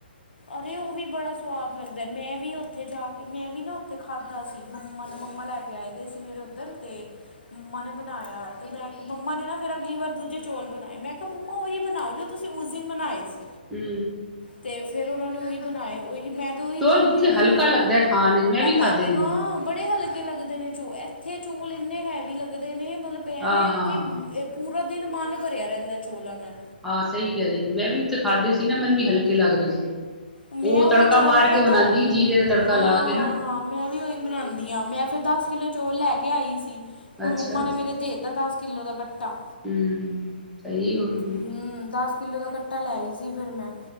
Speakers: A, on the left; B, in the centre.
A: ਅਰੇ ਉਹ ਵੀ ਬੜਾ ਸਵਾਦ ਲੱਗਦਾ ਹੈ, ਮੈਂ ਵੀ ਉੱਥੇ ਜਾ ਕੇ ਮੈਂ ਵੀ ਨਾ ਉੱਥੇ ਖਾਧਾ ਸੀ ਮੰਮਾ ਦਾ ਮੰਮਾ ਲੈ ਕੇ ਆਏ ਸੀ। ਫੇਰ ਉੱਧਰ ਗਏ। ਮੰਮਾ ਨੇ ਬਣਾਇਆ ਤੇ ਮੈਂ ਮੰਮਾ ਨੇ ਨਾ ਫਿਰ ਅਗਲੀ ਵਾਰ ਦੂਜੇ ਚੌਲ ਬਣਾਏ, ਮੈਂ ਕਿਹਾ ਮੰਮਾ ਉਹੀ ਬਣਾਓ ਜੋ ਤੁਸੀਂ ਉਸ ਦਿਨ ਬਣਾਏ ਸੀ।
B: ਹੂੰ
A: ਤੇ ਫਿਰ ੳਨਾਨੇ ਉਹੀ ਬਣਾਏ। ਉਹੀ ਮੈਂ ਤੇ ਉਹੀ ਖਾਂਦੀ
B: ਉੱਥੇ
A: ਰਹੀ
B: ਹਲਕਾ
A: ਹਾਂ
B: ਲੱਗਦਾ ਖਾਣ ਵਿੱਚ, ਮੈਂ
A: ਪਤਾ
B: ਵੀ ਖਾਧੇ
A: ਨਹੀਂ
B: ਨੇ
A: ਹਾਂ ਬੜੇ ਹਲ ਹਲਕੇ ਲੱਗਦੇ ਨੇ ਚੋਲ, ਇੱਥੇ ਚੋਲ ਇੰਨੇ ਹੈਵੀ ਲੱਗਦੇ ਇਹ ਮਤਲਬ ਐਵੇਂ
B: ਹਾਂ ਹਾਂ
A: ਕਿ ਇਹ ਪੂਰਾ ਦਿਨ ਮਨ ਭਰਿਆ ਰਹਿੰਦਾ ਚੋਲਾਂ ਨਾਲ
B: ਹਾਂ ਸਹੀ ਕਹਿ ਰਹੀ ਹਾਂ, ਮੈਂ ਵੀ ਉੱਥੇ ਖਾਧੇ ਸੀ ਨਾ ਮੈਨੂੰ ਵੀ ਹਲਕੇ ਲੱਗ ਰਹੇ ਸੀ।
A: ਮੈਂ ਉਹ
B: ਤੜਕਾ
A: ਚੋਲ
B: ਮਾਰ
A: ਦਾ
B: ਕੇ
A: ਦਾ
B: ਬਣਾਉਂਦੀ ਜੀਰੇ ਦਾ ਤੜਕਾ
A: ਹਾਂ
B: ਲਾ
A: ਹਾਂ
B: ਕੇ ਨਾ
A: ਹਾਂ ਮੈਂ ਵੀ ਉਹੀ ਬਣਾਉਂਦੀ ਹਾਂ ਮੈਂ ਫਿਰ ਦੱਸ ਕਿੱਲੋ ਚੋਲ ਲੈ ਕੇ ਆਈ ਸੀ। ਮੰਮਾ
B: ਅੱਛਾ
A: ਨੇ ਮੇਰੇ ਦੇਤਾ ਦੱਸ ਕਿੱਲੋ ਦਾ ਕੱਟਾ,
B: ਹਮ ਸਹੀ ਹੋਰ ਕੀ,
A: ਹੂੰ ਦਸ ਕਿਲੋ ਦਾ ਕੱਟਾ ਲੈ ਆਈ ਸੀ ਫੇਰ ਮੈ।